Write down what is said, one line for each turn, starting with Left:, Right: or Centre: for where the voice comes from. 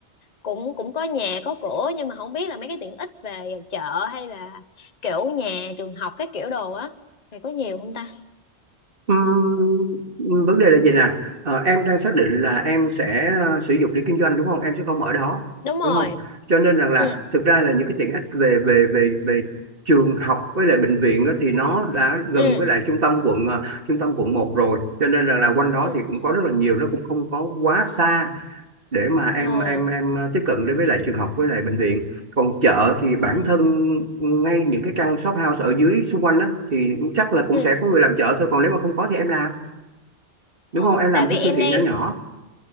Left: cũng cũng có nhà có cửa nhưng mà không biết là mấy cái tiện ích về chợ hay là kiểu nhà trường học cái kiểu đồ á thì có nhiều không ta?
Right: Ừm, vấn đề là gì nè Ờ, em đang xác định là em sẽ ờ, sử dụng để kinh doanh đúng không em sẽ không ở đó
Left: Đúng rồi.
Right: đúng không cho nên rằng là
Left: Ừ.
Right: thực ra là những cái tiện ích về về về về trường học với lại bệnh viện á, thì nó đã gần
Left: Ừ.
Right: với lại trung tâm quận ờ, trung tâm quận một rồi cho nên rằng là quanh đó
Left: Ừ.
Right: thì cũng có rất là nhiều nó cũng không có quá xa để mà em
Left: Ờ.
Right: em em tiếp cận đến với lại trường học với lại bệnh viện còn chợ thì bản
Left: Ừ.
Right: thân ngay những cái căn shop house ở dưới xung quanh đó thì chắc là cũng
Left: Ừ.
Right: sẽ có người làm chợ thôi còn nếu mà không có thì em làm đúng
Left: Ờ,
Right: không em làm
Left: tại
Right: một
Left: vì
Right: cái
Left: em
Right: siêu thị
Left: đang
Right: nhỏ nhỏ